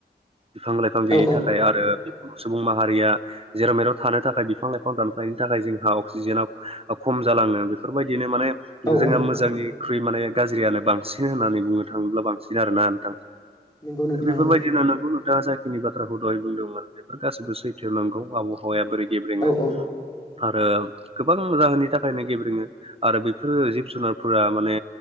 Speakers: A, on the right (about 35°); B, on the left (about 25°).
A: बिफां लाइफां गैयिनि
B: औ
A: थाखाय आरो सुबुं माहारिया जेराव मेराव थानो थाखाय बिफां लाइफां दानफायनो थाखाय जोंहा अक्सिजेनाव ओ खम जालाङो बेफोरबायदिनो माने जोंहा
B: औ औ
A: मोजांनिख्रुइ माने गाज्रियानो बांसिन होननानै बुंनो थाङोब्ला बांसिन आरोना नोंथां
B: नंगौ नोंथां
A: बेफोरबायदिनो
B: औ
A: नंगौ थाङा जाखिनि बाथ्राखौ दहाय बुंदोंमोन बेफोर गासिबो सैथो नांगौ आबहावाया बोरै गेब्रेङो
B: औ
A: आरो गोबां जाहोननि थाखायनो गेब्रेङो आरो बेफोरो जिब जुनारफोरा माने